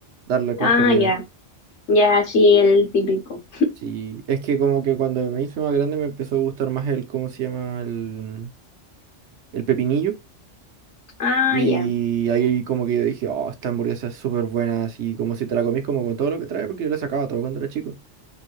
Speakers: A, on the right; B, on the left.
A: Darle el cuarto
B: Ah,
A: de libra.
B: ya, ya, sí, el típico.
A: Sí, es que como que cuando me hice más grande me empezó a gustar más el, ¿cómo se llama? El, el pepinillo.
B: Ah,
A: Y
B: ya,
A: ahí como que yo dije, oh, esta hamburguesa es súper buena, así como si te la comís como con todo lo que trae, porque yo la sacaba todo cuando era chico.